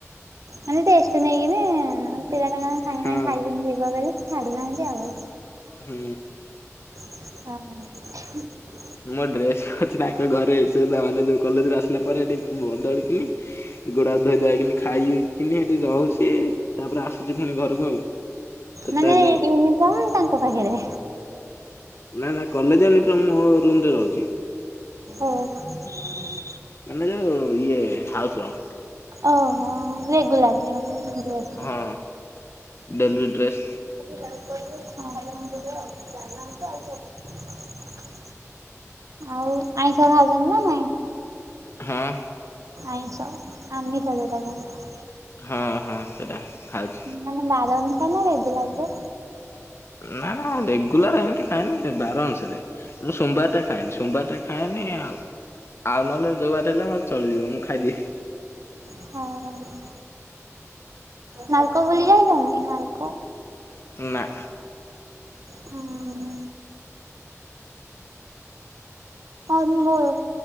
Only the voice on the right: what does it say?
ମାନେ ରେଷ୍ଟ ନେଇକିନି ପିଲାଟା କଣ ସାଙ୍ଗେ
ସାଙ୍ଗେ ଖାଇକି ଯିବ ବୋଲି ଛାଡୁନାହାନ୍ତି ଆଉ।
ହଁ <inaudible>
ମାନେ
ୟୁନିଫର୍ମ ତାଙ୍କ ପାଖେରେ।
ଓ। <inaudible>
ଓଃ ହ ରେଗୁଲାର <inaudible> ଡ୍ରେସ।
<inaudible> ଆଉ ଆଇଁଷ ଖାଉଛନ୍ତି ନା ନାଇଁ?
ଆଇଁଷ ଆମିଷ ଜଉଟା କହନ୍ତି।
ମାନେ ବାର ଅନୁସାରେ ନା ରେଗୁଲାର ଯେ
ହଁ। ନାଲକୋ ବୁଲି ଯାଇଛନ୍ତି ନାଲକୋ।
ହୁଁ ଉଁ। ଅନୁଗୁଳ